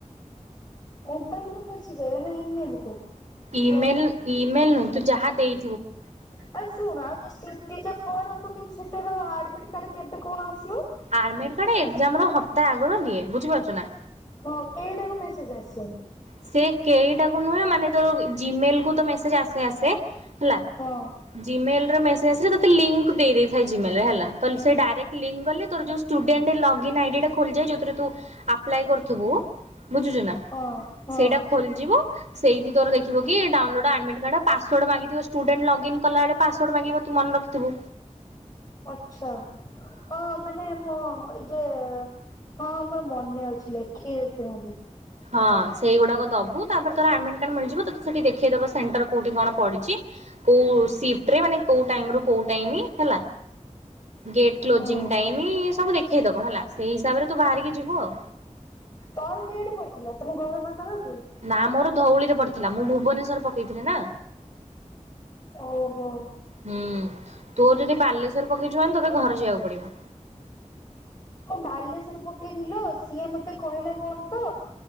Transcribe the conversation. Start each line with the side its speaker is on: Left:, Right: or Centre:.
Left: ମୋବାଇଲ
Right: ଇ
Left: କେଆଣି।
Right: ମେଲ ଇ ମେଲ ନୁଁ ତୁ ଯାହା ଦେଇ
Left: ଆଉ ଶୁଣ ଆଉ ଯା ସିଟି ଯା ଫର୍ମ କୁ ସେ ଆଡମିଟ କାର୍ଡ କେବେ କଣ ଆ
Right: ଆଡମିଟ କାର୍ଡ ଏକ୍ସାମ୍ ର ହପ୍ତା ଆଗରୁ ଦିଏ ବୁଝିପାରୁଛୁ ନା?
Left: ହଁ କେଇଟାକୁ ମେସଜ ଆସିଚି।
Right: ସେ କେଇଟାକୁ ନୁହେଁ ମାନେ ତୋ ଜିମେଲ କ ମେସେଜ ଆସ ଆସେ ହେଲା।
Left: ହଁ
Right: ଜିମେଲ ର ମେସେଜ ତତେ ଲିଙ୍କ ଦେଇ ଦେଇ ଥାଏ ଜିମେଲ ହେଲା। ସେ ଡାଇରେକ୍ଟ ଲିଙ୍କ ଗଲେ ତୋ ଯୋଉ ଷ୍ଟୁଡେଣ୍ଟ୍ ଲଗଇନ୍ ଆଇ ଡି ଖୋଲିଯାଏ ଯଉଥିରେ ତୁ ଆପ୍ଲେଏ କରିଥିବୁ, ବୁଝୁଚୁନା।
Left: ହଁ ହଁ।
Right: ସେଇଟା ଖୋଲିଯିବ ସେଇଟି ତ ଦେଖିବ କି download admit card password ମାଗିଥିବ ଷ୍ଟୁଡେଣ୍ଟ୍ ଲଗିନ କଲା ବଳେ ପାସୱାଡ ମାଗିବ ତୁ ମନେ ରଖିଥିବୁ।
Left: ଆଚ୍ଛା ହଁ ମାନେ ମୁଁ ଏଇ ଯେ ହଁ ଆମର ମନେ ଅଛି ଲେଖି ରଖତି ମେ
Right: ହଁ ସେଇଗୁଡାକ ଦବୁ ତାପରେ ତୋର ଆଡମିଟ କାଡ୍ ମିଳିଯିବ ତୋତେ ସେଠି ଦେଖେଇଦବ ସେଣ୍ଟର କୋଉଠୀ କଣ ପଡିଛି। କୋଉ ସିଫ୍ଟ ମାନେ କୋଉ ଟାଇମ ରୁ କୋଉ ଟାଇମ ହେଲା। ଗେଟ କ୍ଲୋଜିଙ୍ଗ
Left: ହୁଁ।
Right: ସବୁ ଦେଖେଇଦବ ହେଲା, ସେଇ ହିସାବରେ ତୁ ବାହାରିକି ଯିବୁ ଆଉ।
Left: ତୋର କେଉଠି ପଡିଥିଲା ତମ ଘର ପାଖରେ?
Right: ନା ମୋର ଧଉଳି ରେ ପଡିଥିଲା ମୁଁ ଭୁବନେଶ୍ଵର ପକେଇଥିଲି ନା।
Left: ଓହୋ।
Right: ହୁଁ। ତୋର ଯଦି ବାଲେଶ୍ଵର ପକେଇଛୁ ମାନେ ତତେ ଘରେ ଯିବାକୁ ପଡିବ।
Left: ତଁ ବାଲେଶ୍ଵର ପକେଇ ନିଲୋ ସିଏ ମତେ କହିଲା କଣ ତ